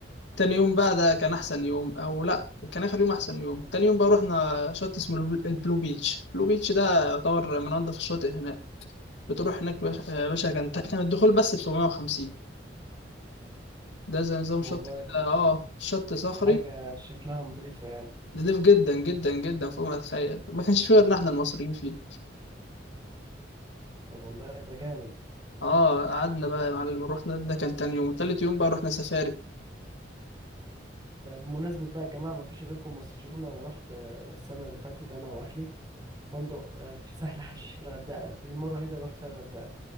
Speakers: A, on the left; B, on the right.
A: تاني يوم بقى ده كان احسن يوم او لا كان اخر يوم احسن يوم تاني يوم بقى رحنا شط اسمه البل- البلو بيتش البلو بيتش ده يعتبر من انضف الشواطئ هناك بتروح هناك باشا يا باشا كان كان الدخول بس ب 750 ده زي نظام
B: والله
A: شط كده اه شط صخري
B: ده حاجه شكلها نظيفه يعني
A: نضيف جدا جدا جدا فوق ما تتخيل ما كانش فيه غيرنا احنا المصريين فيه
B: طب والله ده جامد
A: اه قعدنا بقى يا معلم رحنا ده كان تاني يوم تالت يوم بقى رحنا سفاري
B: ده بمناسبه بقى الجماعه ما فيش غيركم مصريين انا رحت آه، السنه اللي فاتت انا واهلي فندق آه، في سهل حشيش في الغردقه دي المره الوحيده اللي رحت فيها الغردقه